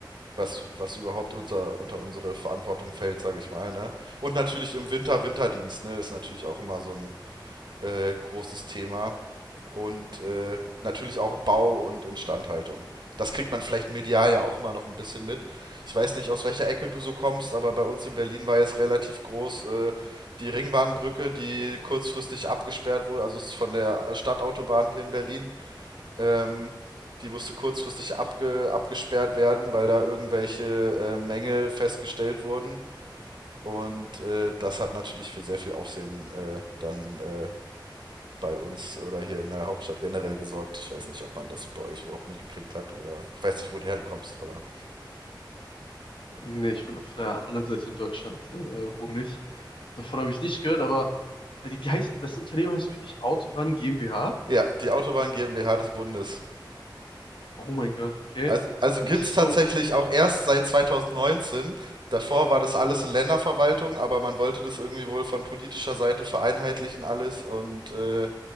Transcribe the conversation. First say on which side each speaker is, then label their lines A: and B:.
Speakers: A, on the right (about 65°); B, on the left (about 85°).
A: was, was überhaupt unter, unter unsere Verantwortung fällt, sage ich mal. Ne? Und natürlich im Winter Winterdienst, ne, ist natürlich auch immer so ein äh, großes Thema. Und äh, natürlich auch Bau und Instandhaltung. Das kriegt man vielleicht medial ja auch immer noch ein bisschen mit. Ich weiß nicht, aus welcher Ecke du so kommst, aber bei uns in Berlin war jetzt relativ groß äh, die Ringbahnbrücke, die kurzfristig abgesperrt wurde, also ist von der Stadtautobahn hier in Berlin ähm, die musste kurzfristig abge abgesperrt werden, weil da irgendwelche äh, Mängel festgestellt wurden. Und äh, das hat natürlich für sehr viel Aufsehen äh, dann äh, bei uns oder hier in der Hauptstadt generell gesorgt. Ich weiß nicht, ob man das bei euch überhaupt mitgekriegt hat oder ich weiß nicht, woher du kommst, aber
B: Nee, ich bin auf der anderen Seite in Deutschland, äh, wohne ich. Davon habe ich nicht gehört, aber äh, die heißt, das Unternehmen heißt wirklich Autobahn GmbH.
A: ja, die Autobahn GmbH des Bundes.
B: Oh mein Gott, okay.
A: Also, also
B: Und
A: gibt
B: das ist
A: es tatsächlich
B: so
A: auch erst seit 2019. Davor war das alles in Länderverwaltung, aber man wollte das irgendwie wohl von politischer Seite vereinheitlichen alles und äh,